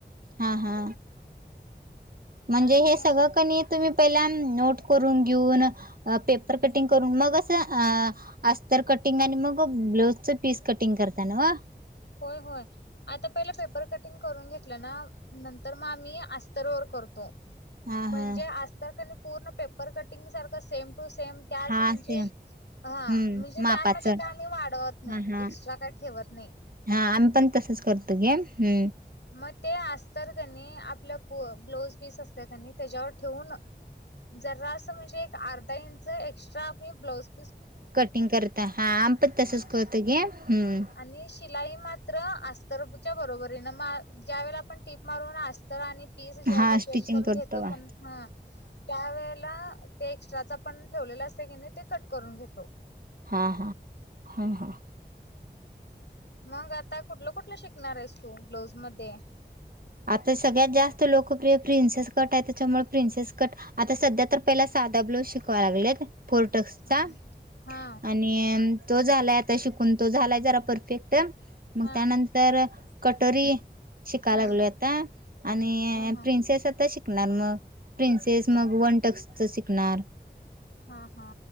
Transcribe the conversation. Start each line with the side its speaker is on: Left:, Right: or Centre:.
Right: हा हा म्हणजे
Left: आणि
Right: हे सगळं कणी. तुम्ही पहिला नोट करून घेऊन पेपर कटिंग करून मगं- अस्तर कटिंग आणि मग ब्लाऊजच पीस कटिंग करताना नव?
Left: होय होय आता पहिले पेपर कट- करुन घेतल ना नंतर मग आम्ही अस्तर करतो
Right: हा
Left: म्हणजे,
Right: हा
Left: तर पूर्ण पेपर कटिंग सारख सेम टू सेम त्याच
Right: हा
Left: म्हणजे.
Right: सेम
Left: हा
Right: हम्म
Left: म्हणजे
Right: मापाच
Left: त्यामध्ये
Right: हा
Left: काय मी वाढवत नाही
Right: हा
Left: एक्स्ट्रा काय ठेवत नाही.
Right: हा आम्ही पण तसच करतो गे हम्म,
Left: मग ते असत कनी आपलं ब्लाौज पीस असत कनी त्याच्यावर ठेऊून- जरा असं म्हणजे एक अर्धा इंच एक्स्ट्रा ब्लाज-
Right: कटिंग करता हा आमपण तसच
Left: हा
Right: करत गे हम्म.
Left: आणि शिलाई मात्र अस्तरच्या बरोबर आहे ना ज्या वेळे आपण टीप मारू ना. तर आणि पीस ज्याला
Right: हा
Left: जॉईट
Right: स्टिचिंग
Left: करून
Right: करतो
Left: घेतो
Right: बा.
Left: पण हा त्यावेेळेला. ते एक्स्ट्राचं पण ठेवलेलं असते की नाही ते कट करून घेत.
Right: हा हा हा हा
Left: मग आता कुठलं कुठलं शिकणार आहेस तू ब्लाऊज मध्ये.
Right: आता सगळ्यात जास्त लोकप्रिय प्रिन्सेस कट आहे त्याच्यामुळे प्रिन्सेस कट आता सध्या तर पहिला सादा ब्लाउस शिकवा लागलेत फोर्टक्सचा
Left: हा
Right: अन
Left: हा
Right: आणि तो झालाय आता शिकून तो झालाय जरा परफेक्ट मग
Left: हा
Right: त्यानं तर कटोरी शिकायला
Left: हा
Right: लागलोयात त्या आणि
Left: हा
Right: प्रिन्सेस
Left: हा
Right: आता शिकणार मग प्रिन्सेस मग वन टक्स च शिकणार
Left: हा हा